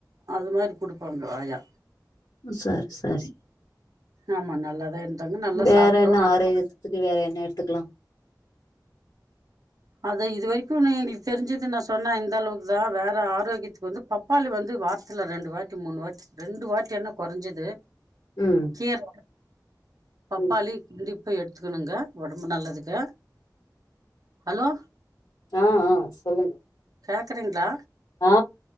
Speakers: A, on the right (about 55°); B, on the left (about 60°).
A: அது மாதிரி குடுப்பாங்க ஆயா
B: சரி சரி
A: ஆமா நல்லாதான் இருந்தாங்க நல்லா
B: வேற
A: சாப்ட்டோம்
B: என்ன
A: நாங்க
B: ஆரோக்கியத்துக்கு வேற என்ன எடுத்துக்கலா
A: அத இது வரைக்கும் நீ எங்களுக்கு தெரிஞ்சது நான் சொன்னா இந்தளவுக்கு தான் வேற ஆரோக்கியத்துக்கு வந்து பப்பாளி வந்து வாரத்தல ரெண்டு வாட்டி மூணு வாட்டி ரெண்டு வாட்டி என்ன கொறஞ்சது
B: ம்
A: கீர பப்பாளி
B: ம்
A: எடுத்துக்கணுங்க உடம்பு நல்லதுங்க ஹலோ
B: ஆ ஆ சொல்லுங்க
A: கேட்குறங்களா
B: ஆ